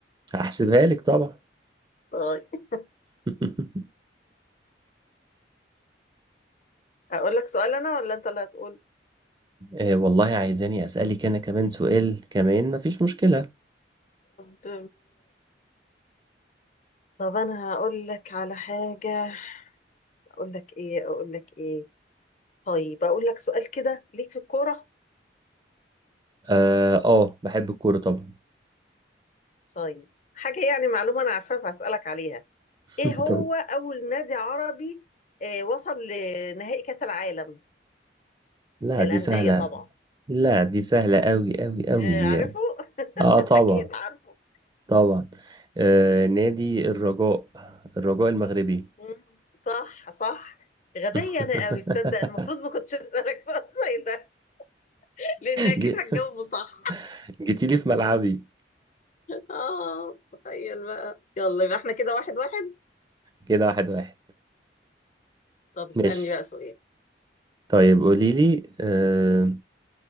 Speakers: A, on the right; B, on the left.
A: هحسبها لك طبعا
B: طيب
A: <laughs>
B: اقول لك سؤال انا ولا انت اللي هتقول
A: آه والله عايزاني اسالك انا كمان سؤال كمان مفيش مشكله
B: طب طب انا هقول لك على حاجة اقول لك ايه اقول لك ايه طيب اقول لك سؤال كده ليك في الكورة
A: اه آه، بحب الكورة طبعا
B: طيب حاجة يعني معلومة انا عارفاها فهسألك عليها
A: <laughs>
B: ايه هو
A: طب
B: اول نادي عربي آه، وصل لنهائي كأس العالم
A: لا
B: للأندية
A: دي سهلة
B: طبعا
A: لا دي سهلة أوي أوي أوي
B: آه،
A: دي
B: عارفه
A: يعني
B: <laughs>
A: اه طبعا
B: اكيد عارفه
A: طبعا آه نادي الرجاء الرجاء المغربي
B: مم. صح صح غبية
A: <laughs>
B: انا قوي تصدق المفروض ما كنتش اسألك سؤال زي ده <laughs> لان اكيد
A: جي-
B: هتجاوبه صح
A: <laughs> جيتيلي في ملعبي
B: اه تخيل بقى يلا يبقى احنا كده واحد واحد
A: كده واحد واحد
B: طب اسألني
A: ماشي
B: بقى سؤال
A: طيب قوليلي آه